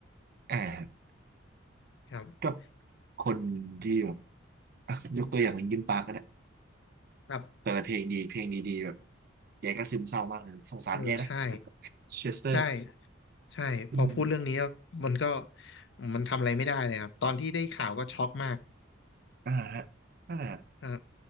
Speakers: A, on the right; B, on the left.
A: อ่า
B: ครับ
A: ก็คนที่แบบอ่ะยกตัวอย่างลิงคินปาร์กก็ได้
B: ครับ
A: แต่ละเพลงดีเพลงดีๆแบบแกก็ซึมเศร้ามากเลยสงสารแกนะ
B: เออใช่
A: เชสเตอร์
B: ใช่ใช่พอพูดเรื่องนี้แล้วมันก็
A: อืม
B: มันทำอะไรไม่ได้เลยครับตอนที่ได้ข่าวก็ช็อกมาก
A: อ่าฮะนั่นแหละ
B: อ่า